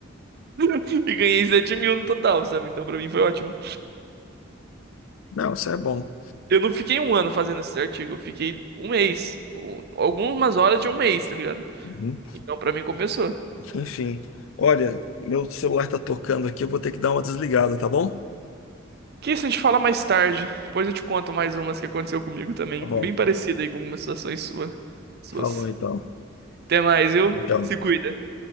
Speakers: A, on the right; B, on the left.
A: <laughs> e ganhei 7 mil no total, sabe? Então pra mim foi ótimo.
B: Não, isso é bom.
A: Eu não fiquei um ano fazendo esse artigo, eu fiquei um mês. um- Algumas horas de um mês, tá ligado?
B: Uhum.
A: Então, pra mim, compensou.
B: Enfim, olha, meu celular tá tocando aqui, eu vou ter que dar uma desligada, tá bom?
A: Que isso a gente fala mais tarde. Depois eu te conto mais umas que aconteceu comigo também.
B: Tá bom.
A: Bem parecida aí com algumas situações sua, suas.
B: Falou então.
A: Até mais, viu?
B: Tchau.
A: Se cuida.